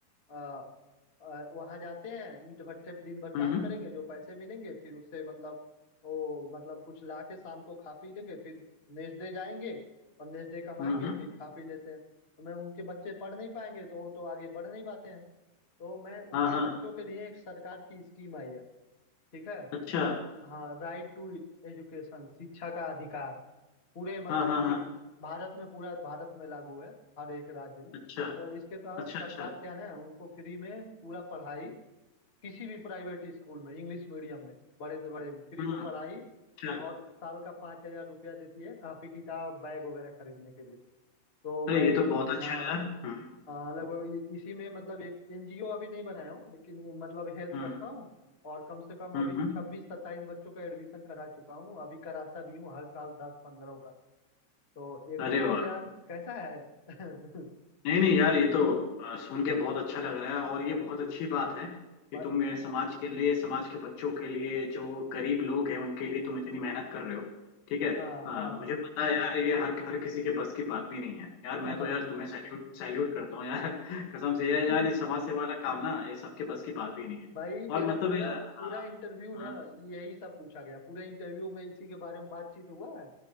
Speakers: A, on the left; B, on the left.
A: आ, आ, वहां जाते हैं ईंट भट्टे पे दिन भर काम
B: हम्म
A: करेंगे जो पैसे मिलेंगे फिर उससे मतलब वो मतलब कुछ ला के शाम को खा पी लेंगे फिर नेक्स्ट डे जाएंगे और नेक्स्ट डे कमाएंगे
B: हम्म हम्म, हम्म,
A: फिर खा पी लेते हैं तो मैं उनके बच्चे पढ़ नहीं पाएंगे तो वो तो आगे बढ़ नहीं पाते हैं तो मैं उनके
B: अच्छा हाँ
A: बच्चों
B: हाँ
A: के लिए एक सरकार की स्कीम आई है ठीक है
B: अच्छा
A: हाँ राइट टू एजुकेशन शिक्षा का अधिकार पूरे मतलब
B: हाँ हाँ हाँ
A: एक भारत में पूरा भारत में लागू है हर एक राज्य में
B: अच्छा
A: तो इसके तहत
B: अच्छा
A: सरकार
B: अच्छा
A: क्या ना उनको फ्री में पूरा पढ़ाई किसी भी प्राइवेट स्कूल में इंग्लिश मीडियम में बड़े से बड़े में फ्री
B: हम्म
A: में पढ़ाई
B: अच्छा
A: और साल का पाँच हजार रुपया देती है कॉपी किताब बैग वगैरह खरीदने के लिए तो
B: अरे
A: मैं
B: ये तो बहुत अच्छा
A: हाँ
B: है यार हम्म
A: हाँ, लगभग इ- इसी में मतलब एक एनजीओ अभी नहीं बनाया हूँ लेकिन ये मतलब हेल्प
B: हम्म
A: करता हूँ और कम से कम
B: हम्म
A: अभी
B: हम्म,
A: छब्बीस सत्ताईस बच्चों का एडमिशन करा चुका हूँ अभी कराता भी हूँ हर साल दस पंद्रह का तो ये
B: अरे
A: करता
B: वाह
A: हूँ यार कैसा है <laughs>
B: नहीं नहीं यार ये तो अ, सुन के बहुत अच्छा लग रहा है और ये बहुत अच्छी बात है कि
A: भाई
B: तुम ये समाज के लिए समाज के बच्चों के लिए जो वो गरीब लोग हैं उनके लिए तुम इतनी मेहनत कर रहे हो ठीक है
A: हाँ
B: हाँ
A: हाँ
B: मुझे पता है यार ये हर हर किसी के बस की बात भी नहीं है यार
A: हाँ
B: मैं तो
A: हाँ
B: यार तुम्हें सैल्यूट सैल्यूट करता हूँ यार <laughs> कसम से यार
A: <laughs>
B: यार ये समाज सेवा वाला काम ना ये सबके बस की बात भी नहीं है
A: भाई मेरा
B: और मतलब
A: पूरा
B: ये- हाँ
A: पूरा इंटरव्यू ना
B: हाँ
A: यही सब पूछा गया पूरे इंटरव्यू में इसी के बारे में बातचीत हुआ है